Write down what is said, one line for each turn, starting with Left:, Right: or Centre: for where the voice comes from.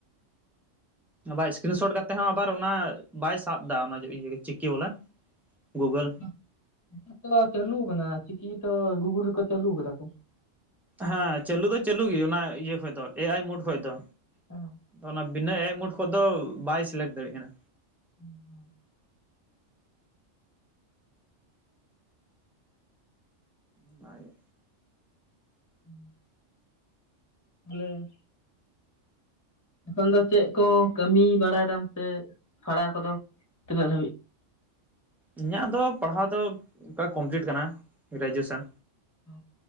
Centre: ᱟᱵᱟᱨ ᱤᱥᱠᱨᱤᱱ ᱥᱚᱴ ᱠᱟᱛᱮᱫ ᱦᱚᱸ ᱟᱵᱟᱨ ᱚᱱᱟ ᱵᱟᱭ ᱥᱟᱵ ᱮᱫᱟ ᱚᱱᱟ ᱪᱤᱠᱤ ᱵᱚᱞᱮ ᱜᱩᱜᱚᱞ
Left: <unintelligible> ᱪᱟᱹᱞᱩ ᱠᱟᱱᱟ ᱪᱤᱠᱤ ᱛᱚ ᱜᱩᱜᱩᱞ ᱨᱮᱠᱚ ᱪᱟᱹᱟᱞᱩ ᱠᱟᱫᱟ ᱠᱚ᱾
Centre: ᱦᱮᱸ ᱪᱟᱹᱞᱩ ᱫᱚ ᱪᱟᱹᱞᱩ ᱜᱮ ᱚᱱᱟ ᱤᱭᱟᱹ ᱠᱷᱚᱡᱽ ᱫᱚ ᱮ ᱟᱭ ᱢᱳᱰ ᱠᱷᱚᱡᱽ ᱫᱚ
Left: ᱚ
Centre: ᱚᱱᱟ ᱵᱤᱱᱟᱹ ᱮ ᱟᱭ ᱢᱳᱰ ᱠᱷᱚᱰ ᱫᱚ ᱵᱟᱭ ᱥᱤᱞᱮᱠᱴ ᱫᱟᱲᱮᱭᱟᱜ ᱠᱟᱱᱟ᱾
Left: <unintelligible>
Centre: ᱚᱱᱟ ᱜᱮ
Left: <inaudible> ᱵᱚᱞᱮ ᱮᱠᱷᱚᱱ ᱫᱚ ᱪᱮᱫ ᱠᱚ ᱠᱟᱹᱢᱤ ᱵᱟᱲᱟᱭ ᱫᱟᱢ ᱥᱮ ᱯᱟᱲᱦᱟᱣ ᱠᱚᱫᱚ ᱛᱤᱱᱟᱹᱜ ᱫᱷᱟᱹᱵᱤᱡᱽ
Centre: ᱤᱧᱟᱹᱜ ᱫᱚ ᱯᱟᱲᱦᱟᱣ ᱫᱚ ᱚᱠᱟ ᱠᱚᱢᱯᱞᱤᱴ ᱠᱟᱱᱟ ᱜᱨᱮᱡᱩᱭᱮᱥᱚᱱ
Left: ᱚ